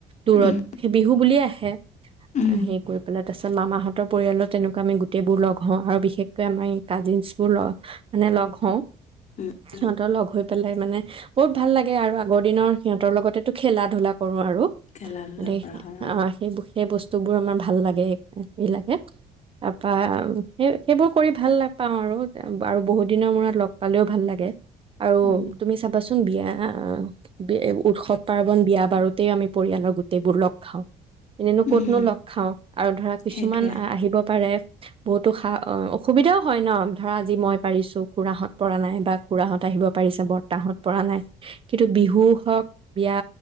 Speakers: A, on the right; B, on the left.
A: দূৰত
B: উম
A: সেই বিহু বুলিয়ে আহে
B: উম
A: কৰি পেলাই তাৰ পিছত মামাহঁতৰ পৰিয়ালো তেনেকোৱা আমি গোটেইবোৰ লগ হওঁ আৰু বিশেষকৈ আমি কাজিনছ বোৰ মানে লগ হওঁ
B: উম
A: সিহঁতৰ
B: উম
A: লগ হৈ পেলাই মানে বহুত ভাল লাগে আৰু আগৰ দিনৰ সিহঁতৰ লগতেতো খেলা ধূলা কৰো আৰু আৰু
B: খেলা ধূলা
A: মানে
B: কৰা হয় অ
A: সেই সেই বস্তু তোবোৰ আমাৰ ভাল লাগে। হে লাগে। তাৰপা সেই সেইবোৰ কৰি ভাল লাপাওঁ আৰু আৰু বহুত দিনৰ মূৰত লগ পালেও ভাল লাগে আৰু
B: উম
A: তুমি চাবাচোন বিয়া আহ উৎসৱ পাৰ্বন বিয়া বাৰুতেই আমি পৰিয়ালৰ গোটেইবোৰ লগ খাওঁ। ক'তনো
B: উম
A: লগ খাওঁ? আৰু ধৰা কিছুমান
B: সেইটোৱে
A: আ আহিব পাৰে বহুতো সা অসুবিধাও হয় ন? ধৰা আজি মই পাৰিছোঁ। খুৰাহত পৰা নাই বা খুৰাহত আহিব পাৰিছে বৰ্তাহত। পৰা নাই কিন্তু বিহু হওঁক বিয়া